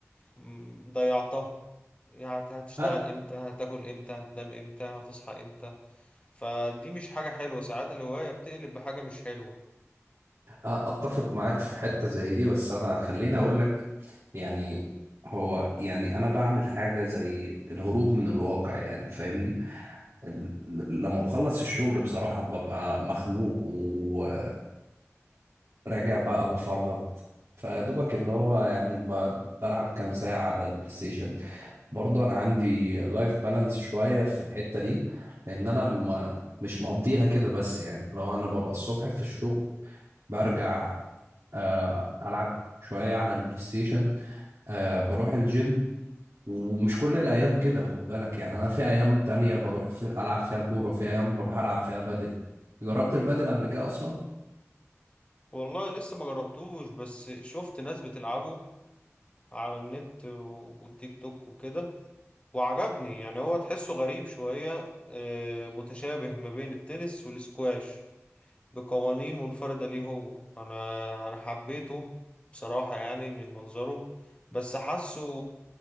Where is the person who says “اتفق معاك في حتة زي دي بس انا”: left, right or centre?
Right